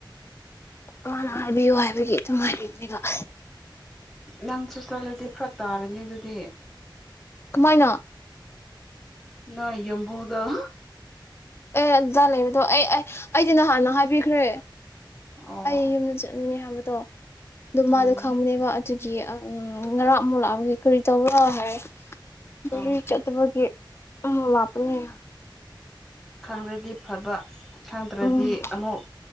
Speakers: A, on the left (about 30°); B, in the centre.
A: ꯃꯥꯅ ꯍꯥꯏꯕꯤꯌꯨ ꯍꯥꯏꯕꯒꯤ ꯑꯗꯨꯝ ꯍꯥꯏꯕꯤꯕꯅꯦꯕ ꯑ
B: ꯅꯪꯁꯨ ꯆꯠꯂꯗꯤ ꯐꯔꯛ ꯇꯥꯔꯅꯤ ꯑꯗꯨ ꯑꯗꯨ
A: ꯀꯃꯥꯏꯅ꯫
B: ꯅꫭꯏ ꯌꯨꯝꯕꯨꯗꫭ
A: ꯑꯦ ꯑꯗꯨꯗꯥ ꯂꯩꯕꯗꯣ ꯑꯩ ꯑꯩꯗꯤ ꯅꯍꯥꯟꯅ ꯍꯥꯏꯕꯤꯈ꯭ꯔꯦ
B: ꯑꯣ
A: ꯑꯩ ꯌꯨꯝꯗ ꯆꯠꯅꯤꯡꯉꯦ ꯍꯥꯏꯕ ꯠꯇꯣ ꯑꯗꯨ
B: ꯎꯝ
A: ꯃꯥꯗꯣ ꯈꯪꯕꯅꯦꯕ ꯑꯗꯨ ꯒꯤ ꯑꯪ ꯉꯔꯥꯡ ꯑꯃꯨꯛ ꯂꯥꯛꯕꯒꯤ ꯀꯔꯤ ꯇꯧꯕ ꯍꯥꯏ ꯒꯥꯔꯤ
B: ꯑꯣ
A: ꯆꯠꯇꯕꯒꯤ ꯑꯃ ꯂꯥꯛꯄꯅꯦ꯫
B: ꯈꯪꯔꯗꯤ ꯐꯕ꯫ ꯈꯪꯗ꯭ꯔꯗꯤ
A: ꯎꯝ
B: ꯑꯃꯨꯛ